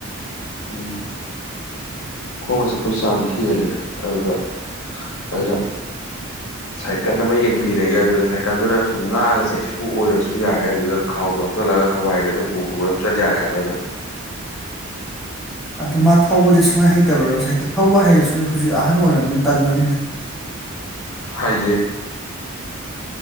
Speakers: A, on the left (about 70°); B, in the centre.
A: ꯎꯝ ꯈꯣꯡꯅ ꯆꯠꯄꯒꯤ ꯆꯥꯡꯗꯤ ꯍꯦꯜꯂꯦ ꯑꯗꯨꯗ ꯑꯗꯨꯅ ꯁꯥꯏꯀꯜ ꯑꯃ ꯌꯦꯡꯕꯤꯔꯒꯦ ꯑꯗꯨꯗ ꯁꯥꯏꯀꯜꯗꯨꯅ ꯁꯨꯝ ꯉꯥꯛꯑꯒ ꯆꯩꯁꯨ ꯑꯣꯏꯔꯁꯨ ꯌꯥꯔ ꯑꯦ ꯑꯗꯨꯗ ꯈꯥꯎꯒ ꯍꯥꯞꯆꯜꯂꯒ ꯍꯋꯥꯏꯒꯗꯣ ꯄꯨꯔꯒ ꯆꯠ ꯌꯥꯔꯦ ꯍꯥꯏꯕ ꯑꯩꯅ
B: ꯑꯗꯨ ꯃꯥ ꯊꯧꯕꯗ ꯁꯨꯝ ꯃꯣꯢ ꯍꯩꯇꯕꯔꯣꯕ ꯁꯥꯏꯀꯜ ꯊꯧꯕ ꯍꯩꯔꯁꯨ ꯍꯧꯖꯤꯛ ꯑꯍꯟ ꯑꯣꯏꯔꯕꯅꯤ ꯇꯜꯂꯅꯤꯅ
A: ꯍꯥꯏꯖꯦ